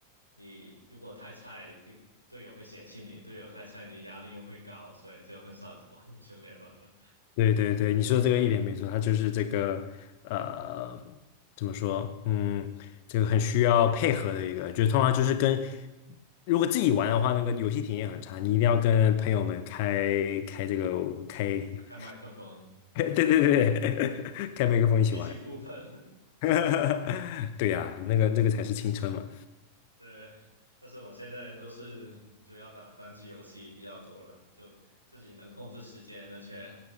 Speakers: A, on the right; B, on the left.
A: 你如果太菜，队友会嫌弃你；队友太菜，你压力又会高，所以就很少玩英雄联盟了。
B: 对对对，你说的这个一点没错，它就是这个呃怎么说，嗯，这个很需要配合的一个，就是通常就是跟如果自己玩的话，那个游戏体验很差，你一定要跟朋友们开开这个开，<laughs>
A: 开麦克风，
B: 对对对，<laughs> 开麦克风一起玩，
A: 一起互喷。
B: <laughs> 对呀、那个那个才是青春嘛。
A: 对，但是我现在都是主要打单机游戏比较多了，就自己能控制时间，而且